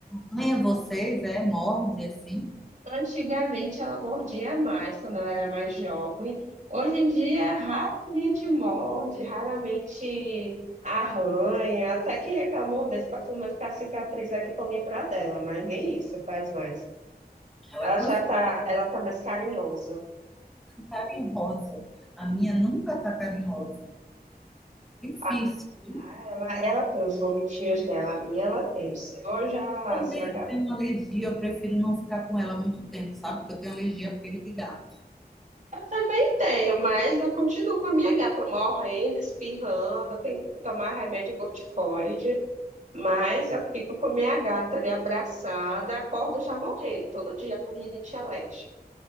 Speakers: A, in the centre; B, on the right.
A: arranha vocês, é, morde assim.
B: Antigamente ela mordia mais quando ela era mais jovem. Hoje em dia raramente morde, raramente arranha. Até que ela mordesse para filmar ficar cicatriz aqui para lembrar dela, mas nem isso faz mais.
A: Ela
B: Ela
A: cansa.
B: já tá, ela tá mais carinhosa.
A: carinhosa. A minha nunca está carinhosa. Difícil,
B: Ah,
A: viu?
B: ah, ela, ela tem os momentinhos dela, a minha ela tem. O seu já,
A: Também
B: a sua gata.
A: eu tenho uma alergia, eu prefiro não ficar com ela muito tempo, sabe? Porque eu tenho alergia a pelo de gato.
B: Eu também tenho, mas eu continuo com a minha gata morrendo, espirrando, eu tenho que tomar remédio corticoide. Mas eu fico com minha gata ali abraçada, acordo já morrendo, todo dia com rinite alérgica.